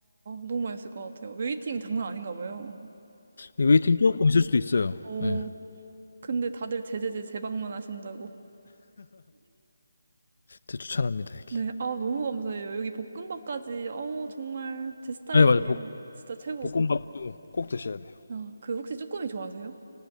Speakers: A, on the right (about 35°); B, on the left (about 55°).
A: 너무 맛있을 것 같아요. 웨이팅 장난 아닌가 봐요.
B: 이 웨이팅 조금 있을 수도 있어요.
A: 오.
B: 네.
A: 근데 다들 제제제 재방문 하신다고.
B: 진짜 추천합니다, 여기.
A: 네, 아, 너무 감사해요. 여기 볶음밥까지, 어, 정말 제 스타일이에요.
B: 네, 맞아. 볶,
A: 진짜 최고.
B: 볶음밥도 꼭 드셔야 돼요.
A: 아, 그 혹시 쭈꾸미 좋아하세요?